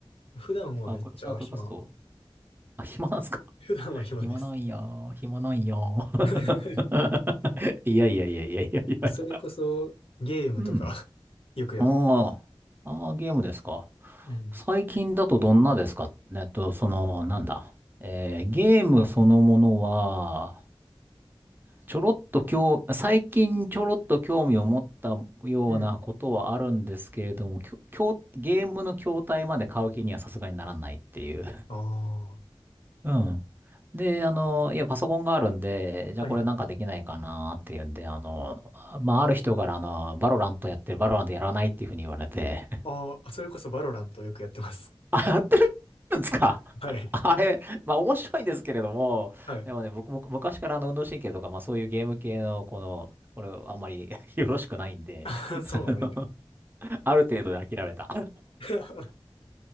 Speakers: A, on the left; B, on the right.
A: 普段はめっちゃ暇。
B: サークル、サークル活動あ、暇なんですか
A: 普段は暇です。
B: <laughs> 暇なんやー、暇なんやー。
A: <laughs>
B: <laughs> いやいやいやいやいやいや。
A: それこそ、ゲームとか
B: うん。
A: <laughs> よくやってる。
B: ああ、ああ、ゲームですか。
A: うん
B: 最近だとどんなですかえっと、その、なんだ。えーゲームそのものは、ちょろっと興、最近ちょろっと興味を持ったようなことはあるんですけれども、
A: うん。
B: きょ、きょうゲームの筐体まで買う気にはさすがにならないっていう。
A: ああ、
B: <laughs> うん。で、あの、いや、パソコンがあるんで、
A: はいはい。
B: じゃあこれなんかできないかなっていうんで、あの、まあ、ある人から、あの、バロラントやってる、バロラントやらないっていうふうに言われて、
A: ああ、それこそバロラントよくやってます。
B: あ、やってるんですか
A: <laughs> はい。
B: <laughs> あれ、まあ面白いんですけれども、
A: はい。
B: でもね、僕も昔からあの運動神経とか、まあそういうゲーム系の、この、これあんまり <laughs> よろしくないんで、
A: ああ、
B: <laughs>
A: そうなんや。
B: ある程度で諦めた。
A: <laughs>